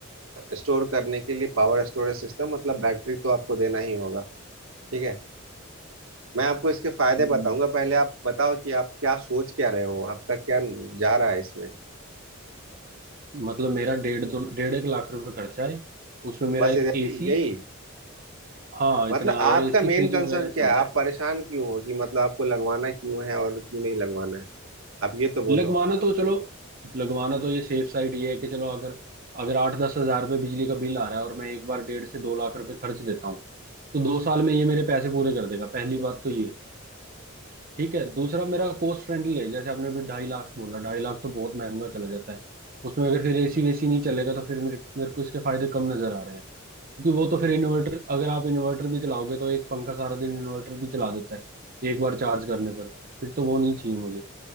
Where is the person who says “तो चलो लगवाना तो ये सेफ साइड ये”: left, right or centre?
Right